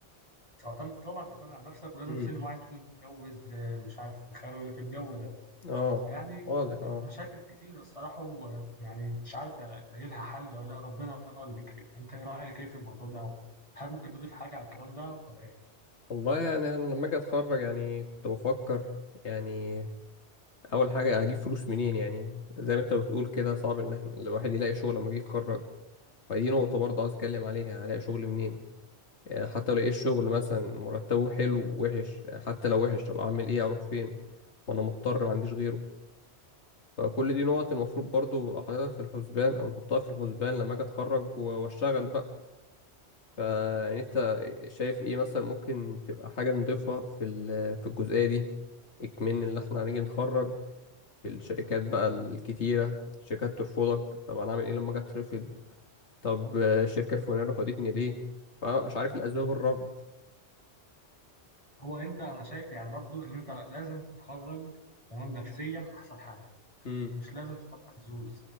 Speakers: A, on the left (about 30°); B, on the left (about 80°).
A: تعتمد طبعا تعتمد على نفسك ولازم
B: امم
A: في سن معين تكون متجوز آه، مش عارف مخلف الجو ده
B: اه
A: فيعني
B: واضح اه
A: مشاكل كتيرة الصراحة ويعني مش عارف ألاقي لها حل ولا لأ، ربنا هو اللي بيكرم أنت إيه رأيك إيه في الموضوع ده أو هل ممكن تضيف حاجة على الكلام ده ولا إيه؟
B: والله يعني انا لما اجي اتخرج يعني كنت بفكر يعني اول حاجة اجيب فلوس منين يعني زي ما انت بتقول كده صعب ان احنا الواحد يلاقي شغل لما يجي يتخرج فدي نقطة برضه عايز أتكلم عليها يعني هلاقي شغل منين يعني حتى لو لقيت شغل مثلا مرتبه حلو وحش يعني حتى لو وحش طب أعمل إيه أروح فين ما أنا مضطر ما عنديش غيره فكل دي نقط المفروض برضه أحطها في الحسبان أو نحطها في الحسبان لما أجي أتخرج و- وأشتغل بقى فيعني أنت شايف إيه مثلا ممكن تبقى حاجة نضيفها في ال- في الجزئية دي إكمن اللي إحنا هنيجي نتخرج في الشركات بقى الكتيرة الشركات ترفضك طب أنا أعمل إيه لما أجي أترفض طب آه، الشركة الفلانية رفضتني ليه فأنا مش عارف الأسباب الرفض
A: هو أنت أنا شايف يعني برضو إن أنت لازم تتخرج تمام نفسيا أحسن حاجة
B: امم
A: مش لازم تبقى محظوظ